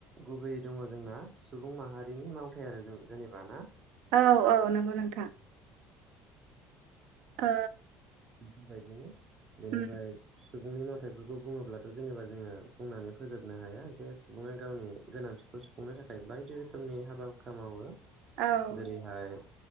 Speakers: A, on the right; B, on the right.
A: गुबैयै दङ जोंना सुबुं माहारिनि मावथाय आरो जों जेनेबा ना
B: औ औ नंगौ नोंथां। ओ
A: बायदिनो बेनिफ्राय
B: उम
A: सुबुंनि मावथायफोरखौ बुङोब्लाथ' जेनेबा जोङो बुंनानै फोजोबनो हाया जे सुबुङा गावनि गोनांथि खौ सुफुंनो थाखाय बायदि रोखोमनि हाबा-हुखा मावो ।
B: औ
A: जेरैहाय